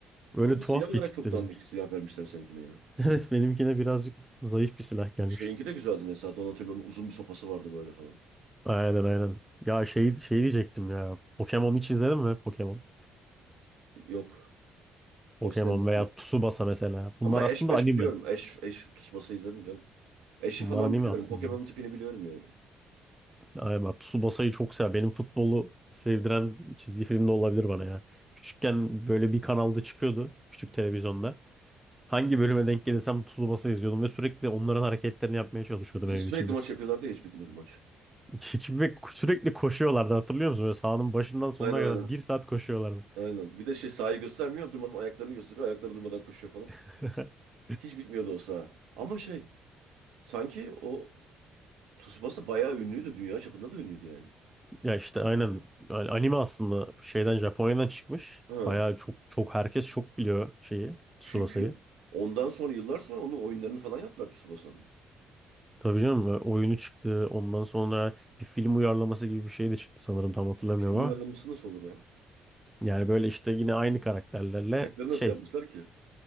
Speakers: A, in the centre; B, on the right.
A: Böyle
B: Ama
A: tuhaf
B: silah olarak
A: bir tipti
B: çok dandik
A: benimki.
B: silah
A: <laughs>
B: vermişler seninkine ya.
A: Evet benimkine birazcık zayıf bir silah gelmiş.
B: Şeyinki de güzeldi mesela. Donatello'nun uzun bir sopası vardı böyle falan.
A: Aynen aynen. Ya şey, şey diyecektim ya. Pokemon hiç izledin mi? Pokemon.
B: Yok.
A: Pokemon
B: O sende
A: veya Tsubasa mesela. Bunlar
B: Ama
A: aslında
B: eş meş
A: anime.
B: biliyorum. Eş, eş tutuşması izledim canım. Eşi
A: Bunlar
B: falan
A: anime
B: biliyorum.
A: aslında.
B: Pokemon'un tipini biliyorum yani.
A: Ay bak Tsubasa'yı çok sever. Benim futbolu sevdiren çizgi film de olabilir bana ya. Küçükken böyle bir kanalda çıkıyordu. Küçük televizyonda. Hangi bölüme denk gelirsem Tsubasa izliyordum ve sürekli onların hareketlerini yapmaya çalışıyordum
B: Bir
A: evin
B: de sürekli
A: içinde.
B: maç yapıyorlardı ya hiç bitmiyordu maç.
A: <laughs> Ve sürekli koşuyorlardı hatırlıyor musun? Böyle sahanın başından sonuna
B: Aynen aynen.
A: kadar bir saat koşuyorlardı.
B: Aynen. Bir de şey sahayı göstermiyor. Durmadan ayaklarını gösteriyor. Ayakları durmadan koşuyor falan.
A: <laughs>
B: Hiç bitmiyordu o saha. Ama şey sanki o Tsubasa bayağı ünlüydü. Dünya çapında da ünlüydü yani.
A: Ya işte aynen Yani anime aslında şeyden Japonya'dan çıkmış.
B: Ha.
A: Bayağı çok çok herkes çok biliyor şeyi Tsubasa'yı.
B: Çünkü ondan sonra yıllar sonra onun oyunlarını falan yaptılar Tsubasa'nın.
A: Tabii canım e, oyunu çıktı. Ondan sonra bir film uyarlaması gibi bir şey de çıktı sanırım tam hatırlamıyorum
B: Film
A: ama.
B: uyarlaması nasıl olur ya?
A: Yani böyle işte yine aynı karakterlerle
B: Efektleri nasıl
A: şey
B: yapmışlar ki?